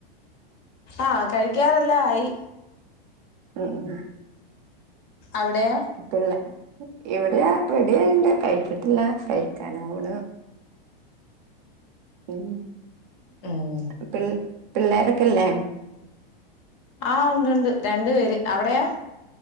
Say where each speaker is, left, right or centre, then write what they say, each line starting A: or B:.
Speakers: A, on the left (about 40°); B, on the right (about 50°).
A: ആഹ് കഴിക്കാറേല്ലാം ആയി
B: ഉം
A: അവിടെയോ
B: പിന്നെ ഇവിടെയാ റെഡിയായിട്ടുണ്ട് കഴിച്ചിട്ടില്ല കഴിക്കനാവിണ് ഉം
A: ഉം
B: പിൽ പിള്ളോരൊക്കെല്ലേ
A: ആഹ് ഉണ്ട് ഉണ്ട് രണ്ടു പേര് അവിടെയോ.